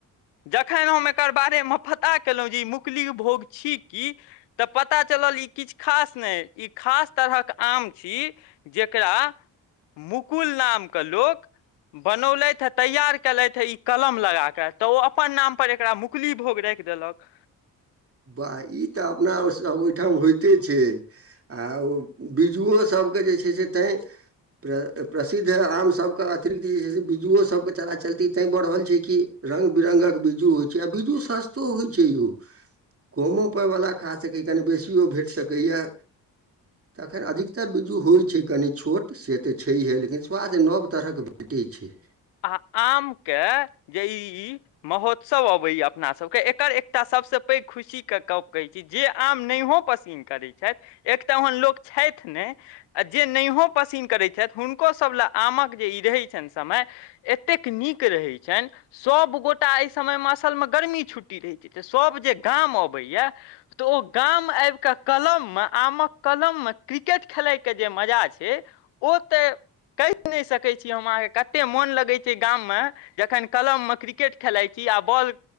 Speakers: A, on the left (about 60°); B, on the right (about 30°).
A: जखन हम एकर बारे मे पता केलहुँ जे ई मुकलि भोग छी की तऽ पता चल चलल ई किछु खास नहि ई खास तरहक आम छी जकरा मुकुल नामके लोक बनौलथि हे तैयार केलथि है ई कलम लगा कऽ तऽ ओ अपन नाम पर एकरा मुकली भोग राखि देलक
B: वाह ई तऽ अपनासभ ओहिठाम होइते छै आ बिज्जुओसभ सभके जे छै से तै प्र प्रसिद्ध आमसभके अतिरिक्त जे छै से बिज्जुओसभके चला चलती तैं बढ़ल छै कि रंग बिरंगक बीजू होइ छै आ बीजू सस्तो होइ छै यो कमो पायवला खा सकैए कनी बेसिओ भेट सकैए तखन अधिकतर बीजू होइत छै कनि छोट से तऽ छैहे लेकिन स्वाद नव तरहक भेटै छै
A: आ आमके जे ई महोत्सव अबैया अपनासभके एकर एकटा सभसँ पैघ खुशी के गप कहैत छी जे आम न‌इहो पसीन करैत छथि एक तऽ ओहन लोक छथि नहि आ जे न‌इहो पसीन करैत छथि हुनको सभ ला आमक जे ई रहै छनि समय एतेक नीक रहैत छनि सभगोटा एहि समयमे असलमे गर्मी छुट्टी रहैत छै त सब जे गाम अबैया तऽ ओ गाम आबि के कलम मे आमक कलम मे क्रिकेट खेलयके जे मजा छै ओ तऽ कहि नहि सकै छी हम अहाँके कते मोन लगे छै गाम में जखन कलम मे क्रिकेट खेलाइ छी आ बॉल